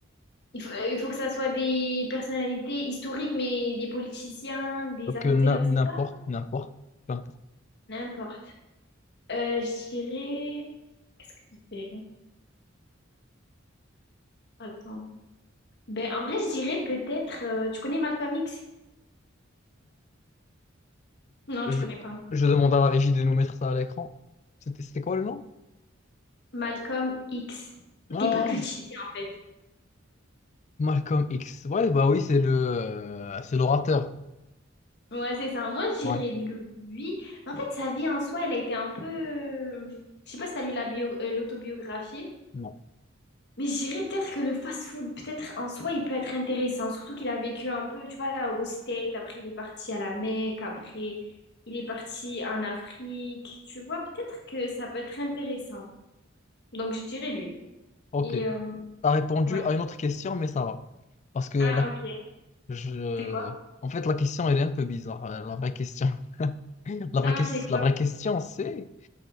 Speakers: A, on the left; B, on the left.
A: Il faut, euh, il faut que ça soit des personnalités historiques, mais des politiciens, des
B: Donc,
A: acteurs,
B: euh, n'im-
A: c'est
B: n'importe,
A: ça?
B: n'importe, peu importe.
A: N'importe. Euh, je dirais... Qu'est-ce que je dirais? Attends. Ben, en vrai, je dirais peut-être... euh, Tu connais Malcolm X? Non,
B: Je,
A: tu connais pas.
B: je demande à la régie de nous mettre ça à l'écran. C'était c'était quoi le nom?
A: Malcolm X.
B: Ah,
A: T'es pas cultivé, en fait.
B: Malcolm X. Ouais, bah oui, c'est le, euh, c'est l'orateur.
A: Ouais, c'est ça. Moi, je dirais
B: Ouais,
A: lui. Mais En fait, sa vie en soi, elle a été un peu... euh, Je sais pas si t'as lu la bio... euh, l'autobiographie.
B: non.
A: Mais je dirais peut-être que le fast-food, peut-être en soi, il peut être intéressant, surtout qu'il a vécu un peu, tu vois, au States, après il est parti à la Mecque, après il est parti en Afrique, tu vois, peut-être que ça peut être intéressant. Donc je dirais lui.
B: Ok.
A: Et euh,
B: T'as répondu
A: ouais.
B: à une autre question, mais ça va. Parce que la,
A: Ah, ok.
B: je...
A: C'est quoi?
B: en fait, la question, elle est un peu bizarre. euh, La vraie question, <laughs> la vraie,
A: Ah,
B: ques-
A: c'est quoi?
B: la vraie question, c'est